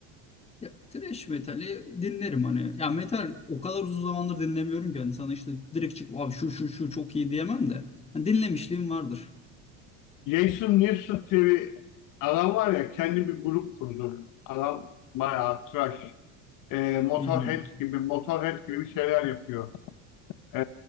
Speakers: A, on the left; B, on the left.
A: Ya trash metali dinlerim hani. Ya metal o kadar uzun zamandır dinlemiyorum ki hani sana işte direkt çık abi şu şu şu çok iyi diyemem de. Hani dinlemişliğim vardır.
B: Jason Newsted diye bir adam var ya kendi bir grup kurdu. Adam bayağı Thrash, e, Motorhead
A: Hmm.
B: gibi Motorhead gibi bir şeyler yapıyor. E,